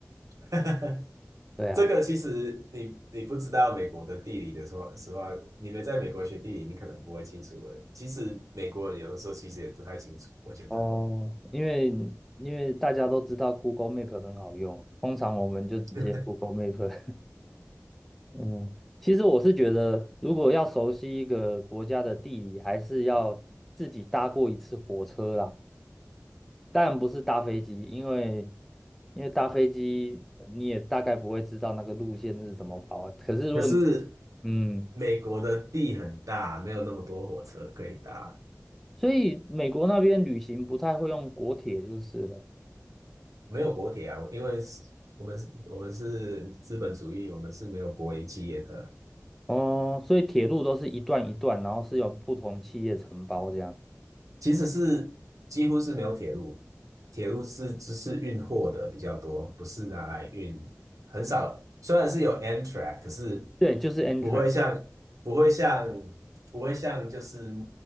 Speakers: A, on the right; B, in the centre.
A: <laughs>
B: 对啊，
A: 这个其实你你不知道美国的地理的说实话，你们在美国学地理，你可能不会清楚的。其实美国人有的时候其实也不太清楚，我觉得。
B: 哦，因为因为大家都知道 Google Map 很好用，通常我们就直接
A: 嗯，
B: Google Map。<laughs> 嗯，其实我是觉得，如果要熟悉一个国家的地理，还是要自己搭过一次火车啦。当然不是搭飞机，因为因为搭飞机你也大概不会知道那个路线是怎么跑啊可是如果你
A: 可是
B: 嗯。
A: 美国的地很大，没有那么多火车可以搭。
B: 所以美国那边旅行不太会用国铁就是了。
A: 没有国铁啊，因为是我们是我们是资本主义，我们是没有国营企业的，
B: 哦，所以铁路都是一段一段，然后是有不同企业承包这样。
A: 其实是几乎是没有铁路，铁路是只是运货的比较多，不是拿来运，很少。虽然是有 Amtrak，可是
B: 对，就是 Amtrak。
A: 不会像不会像不会像就是